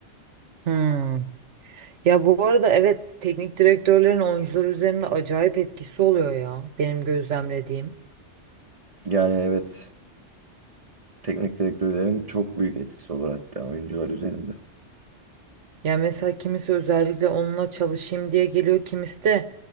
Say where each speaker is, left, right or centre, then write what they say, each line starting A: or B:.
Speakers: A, on the right; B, on the right.
A: Hmm. Ya bu arada evet teknik direktörlerin oyuncular üzerinde acayip etkisi oluyor ya benim gözlemlediğim.
B: Yani evet teknik direktörlerin çok büyük etkisi olur hatta oyuncular üzerinde.
A: Ya mesela kimisi özellikle onunla çalışayım diye geliyor kimisi de